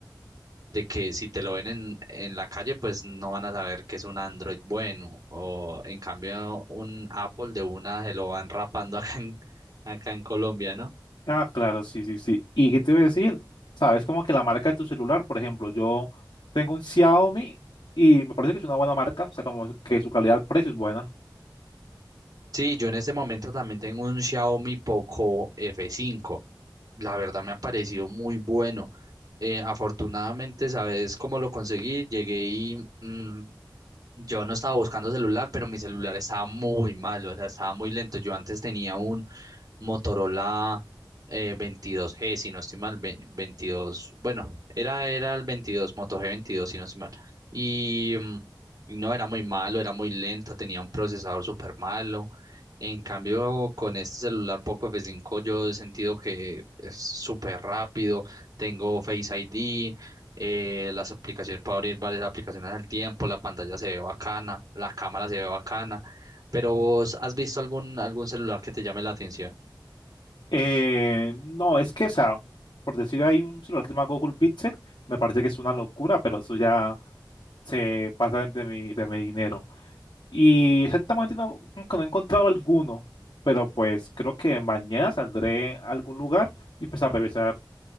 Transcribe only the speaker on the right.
de que si te lo ven en, en la calle, pues no van a saber que es un Android bueno. O en cambio, un Apple de una se lo van rapando <laughs> acá en, acá en Colombia, ¿no?
Sí, yo en este momento también tengo un Xiaomi Poco F5. La verdad me ha parecido muy bueno. Eh, afortunadamente, ¿sabes cómo lo conseguí? Llegué y mm, yo no estaba buscando celular, pero mi celular estaba muy malo, o sea, estaba muy lento. Yo antes tenía un Motorola eh, 22G, si no estoy mal, ve- 22, bueno, era, era el 22 Moto g veintidós, si no estoy mal. Y, mm, y no, era muy malo, era muy lento, tenía un procesador súper malo. En cambio, con este celular Poco f cinco, yo he sentido que es súper rápido, tengo Face ID, eh, las aplicaciones, puedo abrir varias aplicaciones al tiempo, la pantalla se ve bacana, la cámara se ve bacana, pero ¿vos has visto algún, algún celular que te llame la atención?